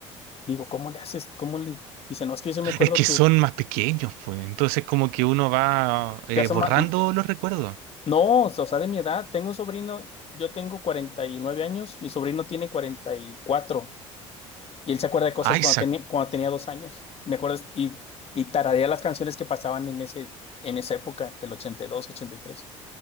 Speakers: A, on the left (about 40°); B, on the right (about 65°).
A: Digo, ¿cómo le haces? ¿Cómo le...? Dice, no, es que yo sí me acuerdo
B: Es que
A: que
B: son más pequeños, pues. Entonces como que uno va eh,
A: ya son
B: borrando
A: más.
B: los recuerdos.
A: No, o sea, de mi edad, tengo un sobrino, yo tengo 49 años, mi sobrino tiene cuarenta y cuatro. Y él se acuerda de cosas
B: Isaac.
A: cuando tenía, cuando tenía dos años, me acuerdo, y, y tararea las canciones que pasaban en ese, en esa época del ochenta ochenta y dos, ochenta y tres,